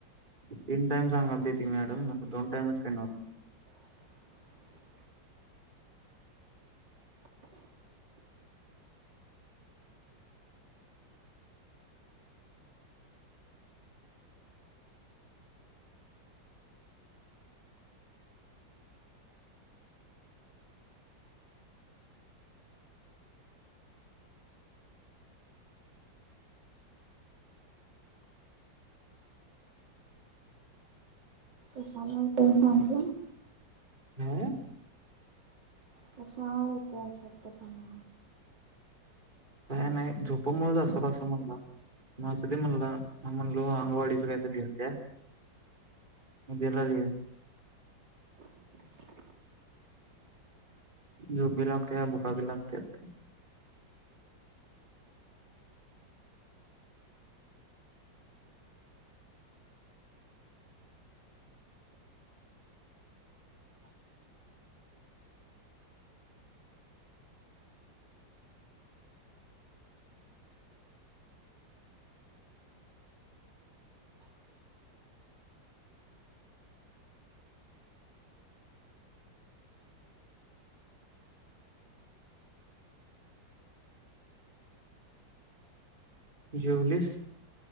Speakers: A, on the right (about 25°); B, on the right (about 65°).
A: तीन टाइम सांगालतील ती मॅडम म दोन टाईमच करणार आहे मी
B: <inaudible> कशाला पण सांगितलं ना
A: हा
B: कसा येतो अशक्तपणा
A: काय नाही झोपमुळेच अस असं म्हणला माह्यासाठी म्हणल म्हणलो अंग वाढीच काहीतरी लिहून द्या मध्येेला लि <inaudible> झोप बी लागते भुखा बी लागत्यात जेवलीस